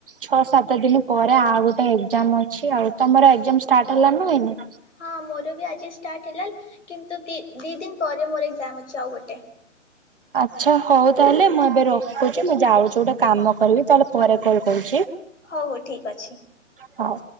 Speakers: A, on the right; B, on the left.
A: ଛଅ ସାତ ଦିନ ପରେ ଆଉ ଗୋଟେ ଏକ୍ଜାମ ଅଛି। ଆଉ ତମର ଏକ୍ଜାମ ଷ୍ଟାର୍ଟ ହେଲାଣି ନା ହେଇନି?
B: ହଁ ମୋର ବି ଆଜି ଷ୍ଟାର୍ଟ ହେଲା କିନ୍ତୁ ଦି ଦି ଦିନ ପରେ ମୋର ଏକ୍ଜାମ ଅଛି ଆଉ ଗୋଟେ।
A: ଆଚ୍ଛା ହୋଉ ତାହେଲେ ମୁଁ ଏବେ ରଖୁଛି। ମୁଁ ଯାଉଛି ଗୋଟେ କାମ କରିବି ତାହେଲେ ପରେ କଲ୍ କରୁଛି।
B: ହୋଉ ହୋଉ ଠିକ୍ ଅଛି।
A: ହୋଉ।